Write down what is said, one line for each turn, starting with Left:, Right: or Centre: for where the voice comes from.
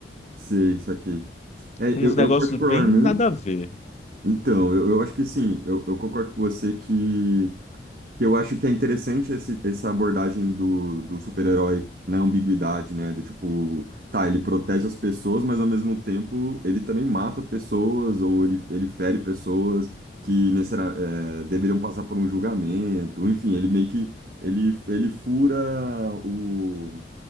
Right: Sei, saquei. É,
Left: uns
Right: eu,
Left: negócios
Right: eu particularmente,
Left: bem nada a ver.
Right: então, eu, eu acho que sim, eu, eu concordo com você que que eu acho que é interessante esse, essa abordagem do, do super-herói na ambiguidade, né? Do tipo, tá, ele protege as pessoas, mas ao mesmo tempo ele também mata pessoas ou ele, ele fere pessoas que necessari- é, deveriam passar por um julgamento. Enfim, ele meio que ele, ele fura o,